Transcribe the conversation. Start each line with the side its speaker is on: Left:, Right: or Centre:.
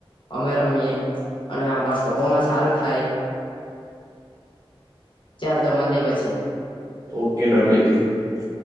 Left: અમે રમીએ અને અ પરફોર્મન્સ સારું થાય. ચાલ તો મળીએ પછી.
Right: Okay done <unintelligible>